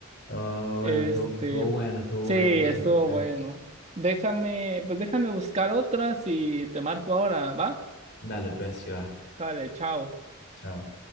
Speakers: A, on the left (about 55°); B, on the right (about 35°).
A: Oh, bueno,
B: Este,
A: estuvo, estuvo bueno, estuvo
B: sí,
A: bueno,
B: estuvo
A: me lo disfruté.
B: bueno. Déjame, pues déjame buscar otras y te marco ahora, ¿va?
A: Dale, pues, sí va.
B: Sale, chao.
A: Chao.